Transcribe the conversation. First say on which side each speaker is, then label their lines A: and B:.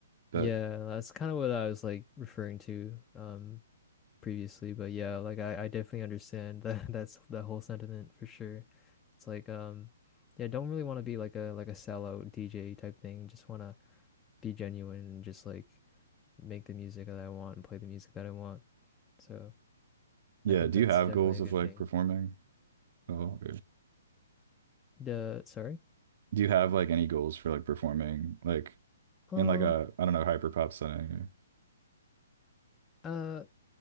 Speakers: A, on the right; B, on the left.
A: But
B: Yeah, that's kind of what I was like referring to. Um, previously, but yeah, like I, I definitely understand that <laughs> that's that whole sentiment for sure. It's like um yeah, don't really want to be like a like a sellout DJ type thing. Just want to be genuine and just like make the music that I want and play the music that I want. So,
A: yeah,
B: I think
A: do
B: that's
A: you have
B: definitely
A: goals
B: a
A: of
B: good
A: like
B: thing.
A: performing? Oh,
B: The sorry.
A: Do you have like any goals for like performing like
B: Um
A: in like a I don't know hyper pop setting?
B: uh